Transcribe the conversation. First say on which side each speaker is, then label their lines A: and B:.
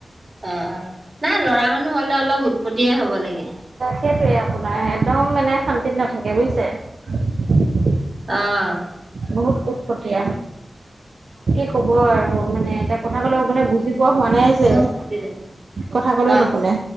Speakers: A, on the right; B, on the right.
A: অ' নাই ল'ৰা মানুহ হ'লে অলপ উৎপতীয়া হ'ব লাগে।
B: সেইটোৱে আপোনাৰ একদম মানে শান্তিত নাথাকে বুজিছে। <inaudible>
A: অ'।
B: বহুত উৎপটীয়া। কি ক'ব আৰু মানে এতিয়া কথা ক'লে মানে বুজি পোৱা হোৱা নাই যে,
A: অ কাটি দে
B: কথা ক'লেও
A: অ
B: নুশুনে।